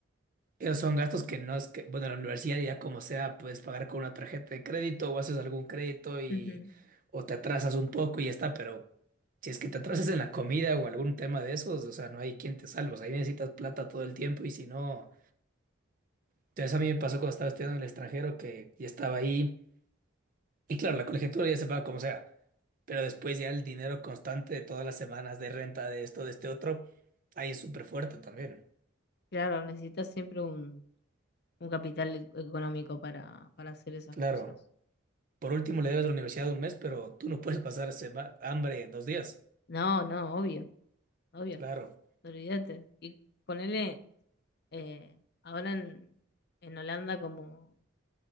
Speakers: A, on the right; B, on the left.
A: Esos son gastos que no es que, bueno, la universidad ya como sea, puedes pagar con una tarjeta de crédito o haces algún crédito y
B: Ujú.
A: o te atrasas un poco y ya está, pero si es que te atrasas en la comida o algún tema de esos, o sea, no hay quien te salve, o sea, ahí necesitas plata todo el tiempo y si no, entonces a mí me pasó cuando estaba estudiando en el extranjero que ya estaba ahí y claro, la colegiatura ya se paga como sea, pero después ya el dinero constante de todas las semanas de renta, de esto, de este otro, ahí es súper fuerte también,
B: Claro, necesitas siempre un, un capital e- económico para, para hacer esas
A: claro.
B: cosas.
A: Por último, le debes a la universidad un mes, pero tú no puedes pasar sema- hambre dos días.
B: No, no, obvio, obvio,
A: Claro.
B: olvídate. Y ponele eh, ahora en, en Holanda, ¿cómo,